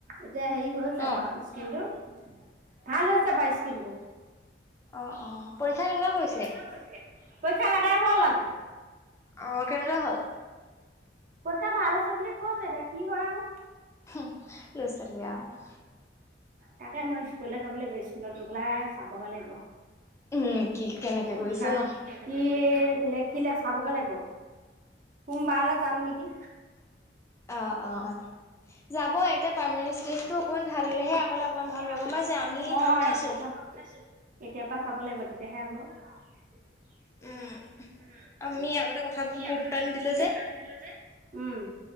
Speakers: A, on the right (about 50°); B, on the left (about 15°).
A: এতিয়া হেৰি হৈছে
B: অ অ
A: বাৰু স্কিনটো ভাল হৈছে বাৰু স্কিনটো।
B: অঁ অঁ পৰীক্ষা কেনেকুৱা কৰিছে?
A: কৰিছে? পৰিক্ষা এদায় হল আজি।
B: অ, কেনেকুৱা হ'ল?
A: পৰীক্ষা ভাল হৈছে বুলি কৈছে এতিয়া কি হয় আৰু।
B: উম লৰা ছোৱালী আৰু
A: তাকে মই স্কুললে যাব লাগিব স্কুলত গৈ পেলাই চাবগে লাগিব
B: উম, কি কেনেকে
A: পৰীক্ষা
B: কৰিছে ন?
A: কি লিখিলে চাবগে লাগিব। সোমবাৰেলৈ যাম নেকি।
B: অ অ অ যাব এতিয়া প্ৰাইমেৰী ষ্টেজটো অকমান ভাল হলেহে আগলে অকমান ভাল হ'ব।
A: অ
B: গম পাইছে আমি ঠগ খাইছো।
A: এতিয়াপা এতিয়াৰ পৰা চাব লাগিব তেতিয়াহে হ'ব।
B: উম
A: উম,
B: আমি আগতে কথাবোৰ
A: আমি
B: গুৰুত্ব
A: আগতে কথাবোৰ
B: নিদিলো
A: গুৰুত্ব
B: যে
A: নিদিলো যে। উম।